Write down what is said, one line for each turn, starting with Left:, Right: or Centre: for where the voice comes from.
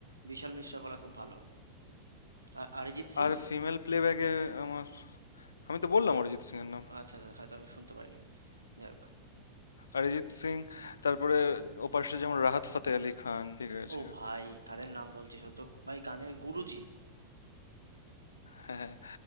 Right: বিশাল মিশ্রার গলা খুব ভালো আর অরিজিৎ সিং
Left: আর ফিমেল প্লেব্যাকে আমার আমি তো বললাম অরিজিৎ সিং এর নাম
Right: আচ্ছা আচ্ছা হয়তো আমি শুনতে পাইনি যাই হোক
Left: অরিজিৎ সিং তারপরে ওপাশে যেমন রাহাত ফাতে আলি খান ঠিক আছে
Right: ও ভাই কাদের নাম বলছিস ও তো ভাই গানের গুরুজি
Left: হ্যাঁ হ্যাঁ।